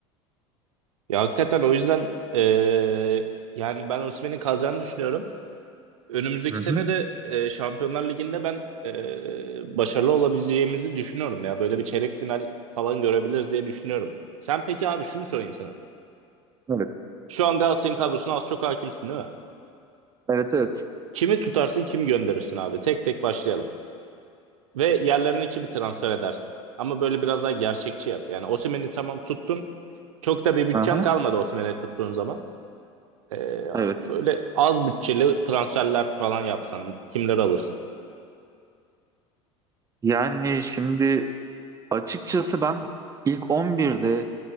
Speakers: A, on the right (about 80°); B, on the right (about 20°).
A: Ya hakikaten o yüzden eee, yani ben Osimhen'in kalacağını düşünüyorum. Önümüzdeki
B: Hı
A: sene
B: hı.
A: de eee, Şampiyonlar Ligi'nde ben eee, başarılı olabileceğimizi düşünüyorum ya. Böyle bir çeyrek final falan görebiliriz diye düşünüyorum. Sen peki abi şunu sorayım sana.
B: Evet.
A: Şu an Galatasaray'ın kadrosuna az çok hakimsin değil mi?
B: Evet evet.
A: Kimi tutarsın, kimi gönderirsin abi? Tek tek başlayalım. Ve yerlerine kimi transfer edersin? Ama böyle biraz daha gerçekçi yap. Yani Osimhen'i tamam tuttun. Çok da bir bütçen
B: Aha.
A: kalmadı Osimhen'i tuttuğun zaman. Ee,
B: Evet.
A: böyle az bütçeli transferler falan yapsan kimleri alırsın?
B: Yani şimdi açıkçası ben ilk 11'de